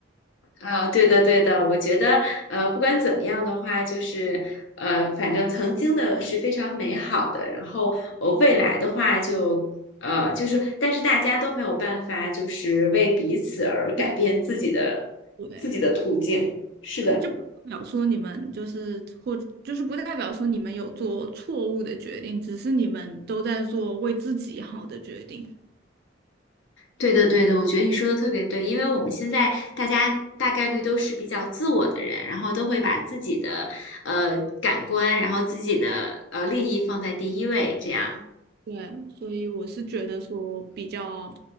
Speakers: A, on the left; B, on the right.
A: 啊、对的，对的，我觉得呃，不管怎么样的话，就是呃，反正曾经的是非常美好的，然后呃，未来的话就呃，就是但是大家都没有办法，就是为彼此而改变自己的
B: 对，对
A: 自己的途径。是的。
B: 对，这不代表说你们就是或就是不代表说你们有做错误的决定，只是你们都在做为自己好的决定。
A: 对的，对的，我觉得你说的特别对，因为我们现在大家大概率都是比较自我的人，然后都会把自己的呃感官，然后自己的呃利益放在第一位，这样。
B: 对，所以我是觉得说比较，